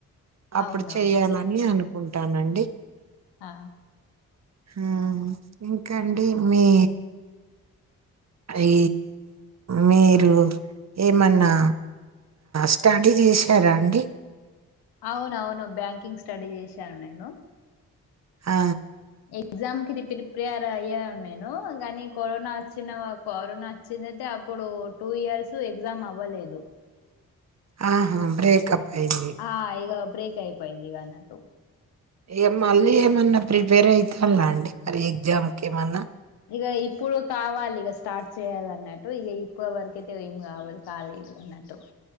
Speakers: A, on the right; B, on the left.
A: అప్పుడు
B: అవునవును
A: చెయ్యాలని అను ఉంటానండి
B: ఆ
A: ఆ ఇంకాండి మీ ఈ మీరు ఏమన్నా స్టడీ చేసారా అండి,
B: అవున అవును బ్యాంకింగ్ స్టడీ చేశాను నేను,
A: ఆ
B: ఎగ్జామ్ కి ప్రిపేర్ అయ్యానును నేను కానీ కరోనా వచ్చిన కరోనా వచ్చిందయితే అప్పుడు టూ ఇయర్స్ ఎగ్జామ్ అవ్వలేదు
A: ఆహా బ్రేకప్ అయింది
B: ఆ ఇగ బ్రేక్ అయిపోయింది ఇగ అన్నట్టు
A: ఇగ మళ్ళీ ఏమన్నా ప్రిపేర్ ఐ తాళ్ల అండి మరి ఎగ్జామ్ కి ఏమన్నా
B: ఇక ఇప్పుడు కావాలి ఇక స్టార్ట్ చేయాలి అన్నట్టు ఇక ఇప్పుడు వరకు అయితే ఏమి కావాలి కాలేదు అన్నట్టు